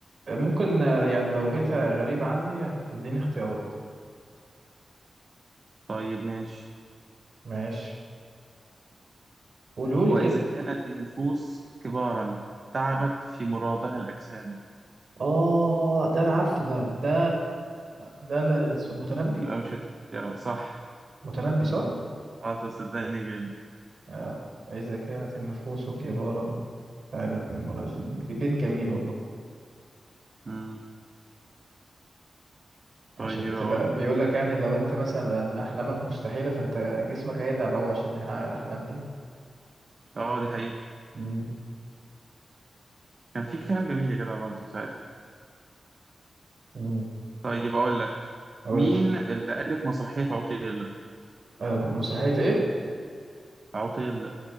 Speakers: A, on the right; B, on the right.
A: ممكن آه، يعني لو بيتها غريب عني هتديني اختيارات
B: طيب ماشي
A: ماشي قولهولي
B: وإذا
A: كده
B: كانت النفوس كبارا تعبت في مرادها الأجسام
A: اه ده انا عارفه ده ده ده ل- اسمه المتنبي
B: يبقى مش هتقدر صح
A: متنبي صح
B: اه طب صدقني جامد
A: اه واذا كانت النفوس كبارا تعبت من منى بيت جميل والله
B: مم. طيب
A: عشان تبقى
B: اقول
A: بيقول
B: لك
A: لك يعني لو انت مثلا احلامك مستحيله فانت جسمك هيتعب قوي عشان يحقق الاحلام دي
B: اه دي حقيقة
A: مم.
B: كان في كلام جميل يا جدع برضه ساعتها
A: مم.
B: طيب اقول لك
A: قول
B: مين
A: لي
B: اللي ألف مسرحية عطيل
A: آه، مسرحيه ايه
B: عطيل